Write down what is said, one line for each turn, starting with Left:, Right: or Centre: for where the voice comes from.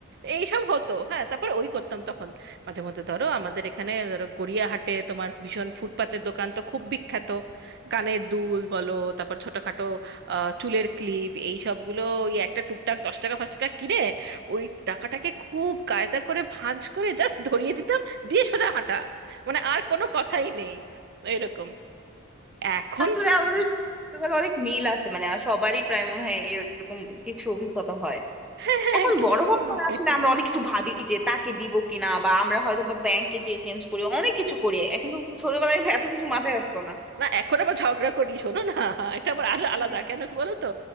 Right: এইসব হতো হ্যাঁ তারপর ওই করতাম তখন মাঝে মধ্যে ধরো আমাদের এখানে ধরো গড়িয়াহাটে তোমার ভীষণ ফুটপাতের দোকান তো খুব বিখ্যাত কানের দুল বলো তারপর ছোটখাটো আহ, চুলের ক্লিপ এই সবগুলো ওই একটা টুকটাক দশ টাকা পাঁচ টাকা কিনে ওই টাকাটাকে খুব কায়দা করে ভাঁজ করে জাস্ট ধরিয়ে দিতাম দিয়ে সোজা হাঁটা মানে আর কোনো কথাই নেই এরকম এখন
Centre: আসলে
Right: কি <laughs>
Centre: আমাদের ছোটবেলায় অনেক মিল আছে মানে সবারই প্রায় মনে হয় এরকম কিছু অভিজ্ঞতা হয়
Right: হ্যাঁ হ্যাঁ,
Centre: এখন
Right: কি
Centre: বড়
Right: করবে
Centre: হওয়ার পর আসলে আমরা অনেক কিছু ভাবি যে তাকে দিব কিনা বা আমরা হয়তো বা ব্যাংকে যেয়ে চেঞ্জ করি অনেক কিছু করি এখন তো ছোটবেলায় তো এত কিছু মাথায় আসতো না
Right: না এখন আবার ঝগড়া করি শোনো না এটা আবার আরো
Centre: হ্যাঁ
Right: আলাদা কেন কি বলো তো